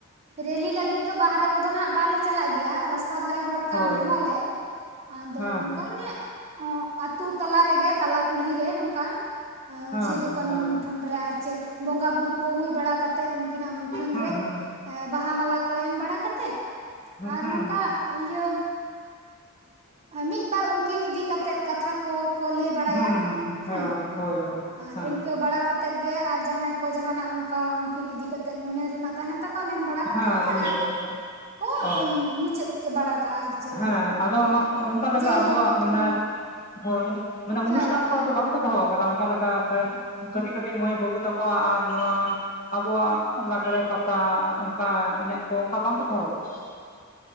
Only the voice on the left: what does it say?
ᱦᱳᱭ
ᱦᱳᱭ
ᱦᱮᱸ
ᱦᱮᱸ
ᱦᱮᱸ
ᱦᱮᱸ
ᱦᱮᱸ
ᱦᱮᱸ ᱦᱮᱸ ᱦᱮᱸ ᱦᱮᱸ
ᱦᱮᱸ
ᱦᱮᱸ ᱦᱮᱸ
ᱦᱳᱭ ᱦᱳᱭ᱾
ᱦᱮᱸ
ᱦᱮᱸ
ᱞᱟᱹᱭ
ᱦᱳᱭ
ᱚ
ᱦᱮᱸ ᱟᱫᱚ ᱚᱱᱟ ᱚᱱᱠᱟ ᱞᱮᱠᱟ
ᱟᱵᱚᱣᱟᱜ ᱢᱟᱱᱮ ᱦᱳᱭ ᱢᱟᱱᱮ ᱚᱱᱩᱥᱴᱷᱟᱱ
ᱠᱚ ᱛᱚ ᱵᱟᱝᱼᱼ ᱯᱮ ᱫᱚᱦᱚ ᱠᱟᱫᱟ ᱚᱱᱠᱟ ᱞᱮᱠᱟ ᱛᱮ ᱠᱟᱹᱴᱤᱡ ᱠᱟᱹᱴᱤᱡ ᱢᱟᱹᱭ ᱵᱟᱹᱵᱩ ᱛᱟᱠᱚᱣᱟ ᱟᱨ ᱱᱚᱣᱟᱼᱼ ᱟᱵᱚᱣᱟᱜ ᱞᱟᱜᱽᱲᱮ ᱯᱟᱛᱟ ᱚᱱᱠᱟ ᱮᱱᱮᱡ ᱠᱚ ᱚᱱᱠᱟ ᱵᱟᱝ ᱯᱮ ᱫᱚᱦᱚ ᱠᱟᱫᱟ?